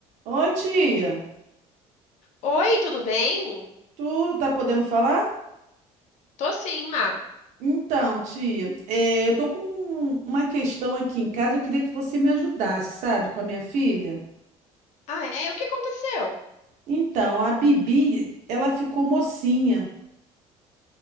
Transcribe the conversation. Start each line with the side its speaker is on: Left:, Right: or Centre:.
Right: Oi, tia.
Left: Oi, tudo bem?
Right: Tu tá podendo falar?
Left: Tô sim, Má.
Right: Então, tia, eh, eu tô com uma questão aqui em casa. Eu queria que você me ajudasse, sabe, com a minha filha.
Left: Ah, é? O que aconteceu?
Right: Então, a Bibi, ela ficou mocinha.